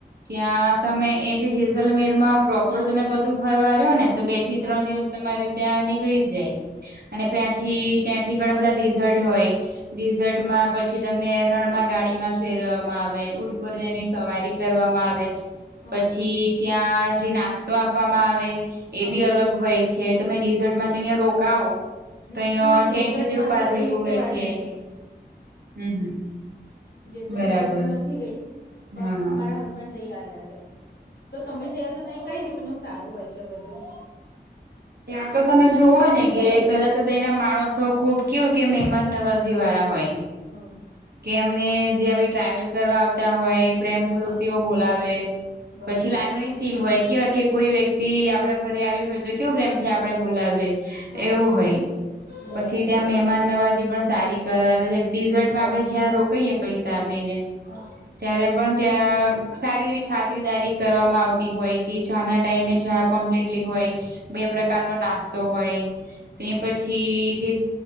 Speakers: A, on the right; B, on the left.
A: ત્યાં તમે એ જે જેસલમેરમાં પ્રોપર
B: હા
A: તમે બધું ફરવા રહ્યો ને
B: હા
A: તો બે થી
B: હા
A: ત્રણ દિવસ તમારે ત્યાં નીકળી જ જાય અને
B: બરાબર
A: ત્યાંથી ત્યાંથી ઘણા બધા ડિશર્ટ હોય ડીઝર્ટમાં
B: હા
A: પછી તમને એ રણ માં ગાડીમાં જ ફેરવામાં આવે ઉંટ
B: હમ
A: પર તેની સવારી કરવામાં
B: બરાબર
A: આવે.
B: હા
A: પછી ત્યાં જે નાસ્તો આપવામાં આવે એ
B: હા
A: બી અલગ હોય છે તમે ડિઝર્ટમાં અહયા રોકાવો
B: ના
A: તો અહં
B: ડેઝર્ટમાં
A: ટેન્ટ જેવું બાંધેલું
B: તો હજુ એકે
A: હોય
B: વાર
A: છે.
B: નહીં ગઈ
A: હમ હમ.
B: જેસલમેર
A: બરાબર
B: હજુ નથી ગઈ પણ
A: હા હા
B: મારા હસબન્ડ જઈ આવ્યા છે. તો તમે જયા તો ત્યાં કઈ રીતનું સારું હોય છે બધું?
A: ત્યાં તો તમે જોવો ને કે પેલા તો તેના માણસો ખુબ કેવું કે મહેમાન નવાજી વાળા હોય.
B: હા
A: કે અમને જે ટ્રાવેલ કરવા આવ હોય એ પ્રેમપૂર્વક
B: હા
A: તેઓ બોલાવે
B: બરાબર
A: પછી લાગણી ચીલ હોય કે કે કોઈ વ્યક્તિ આપડા ઘરે આવી હોય તો કેવું પ્રેમથી આપડે બોલાવીએ.
B: હા
A: એવું હોય
B: બરાબર
A: પછી ત્યાં મહેમાન નવાજી પણ સારી કરાવે ડીઝર્ટમાં
B: બર
A: આપડે જ્યાં રોકાઈએ પૈસા આપીને
B: હા
A: ત્યારે પણ ત્યાં સારી એવી ખાતરદારી કરવામાં આવતી હોય કે જાા ના ટાઈમે ચા કોમ્પ્લીટલી હોય. બે પ્રકાર
B: બરાબર
A: નો નાસ્તો હોય. તે
B: હા
A: પછી જે